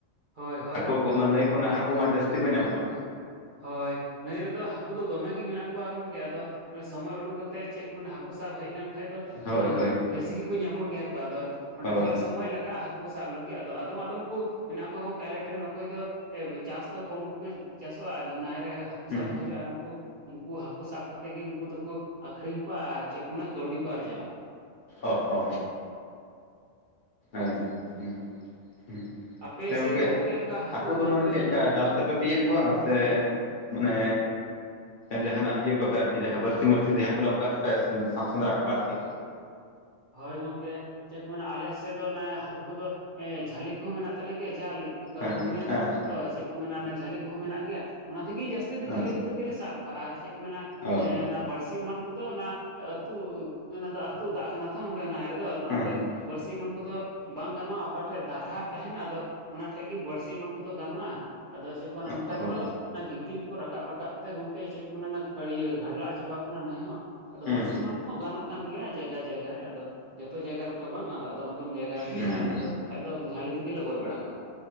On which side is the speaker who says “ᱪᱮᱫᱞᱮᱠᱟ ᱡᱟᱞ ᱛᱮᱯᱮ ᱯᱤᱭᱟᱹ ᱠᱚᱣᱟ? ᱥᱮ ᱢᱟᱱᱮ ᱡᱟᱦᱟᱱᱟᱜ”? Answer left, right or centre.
Left